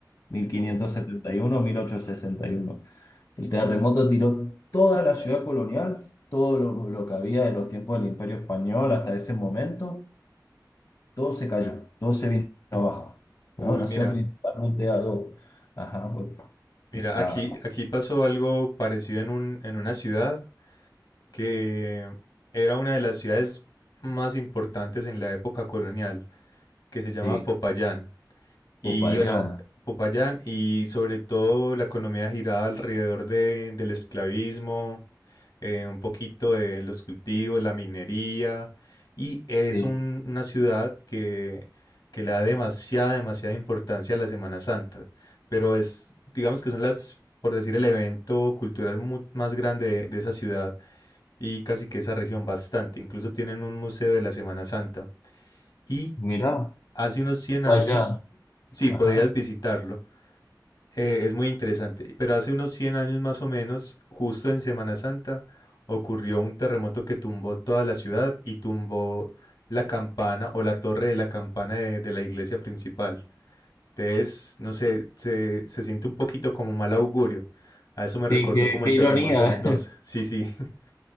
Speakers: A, on the left; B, on the left.
A: mil mil quinientos
B: Oh,
A: setenta y uno mil ochocientos sesenta y uno El terremoto tiró toda la ciudad colonial, todo lo, lo que había de los tiempos del Imperio Español hasta ese momento, todo se cayó, todo se vino abajo. Bueno,
B: Uy,
A: una
B: mira,
A: ciudad principalmente a dos. Ajá, bueno,
B: mira,
A: está,
B: aquí, aquí pasó algo parecido en un, en una ciudad que era una de las ciudades más importantes en la época colonial, que se
A: sí,
B: llama Popayán. Y
A: Popayán,
B: bueno, Popayán y sobre todo la economía giraba alrededor de, del esclavismo eh, un poquito de los cultivos, la minería, y es
A: sí,
B: un- una ciudad que, que le da demasiada, demasiada importancia a la Semana Santa, pero es, digamos que son las, por decir, el evento cultural mu- más grande de, de esa ciudad y casi que esa región bastante, incluso tienen un museo de la Semana Santa, y
A: mirá,
B: hace unos cien
A: Popayán,
B: años, sí,
A: ajá.
B: podrías visitarlo. Eh, es muy interesante, pero hace unos 100 años más o menos, justo en Semana Santa, ocurrió un terremoto que tumbó toda la ciudad y tumbó la campana o la torre de la campana de, de la iglesia principal. Entonces, no sé, se, se siente un poquito como mal augurio. A eso me
A: Sí,
B: recordó
A: qué,
B: como
A: qué
B: el terremoto
A: ironía,
B: de Mendoza. Sí, sí, <laughs>